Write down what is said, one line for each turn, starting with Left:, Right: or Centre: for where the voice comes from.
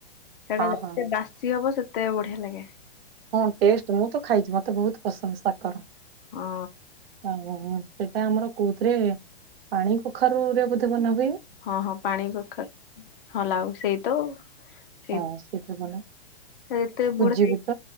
Left: ସେଟା
Right: ହଁ
Left: ଯେତେ
Right: ହଁ
Left: ବାସି ହବ ସେତେ ବଢିଆ ଲାଗେ।
Right: ହଁ ଟେଷ୍ଟ ମୁଁ ତ ଖାଇଛି ମତେ ବହୁତ ପସନ୍ଦ ସାକର।
Left: ହଁ
Right: ସେଟା ଆମର କୋଉଥିରେ ପାଣି କଖାରୁରେ ବୋଧେ ବନା ହୁଏ।
Left: ହଁ ହଁ ପାଣି କଖାରୁ ହଁ ଲାଉ ସେଇ ତ ସେ
Right: ହଁ ସେଇଥିରେ ବନା
Left: ଯେତେ
Right: ସୁଜି
Left: ବୁଢା ହେଇ
Right: ବୁଟ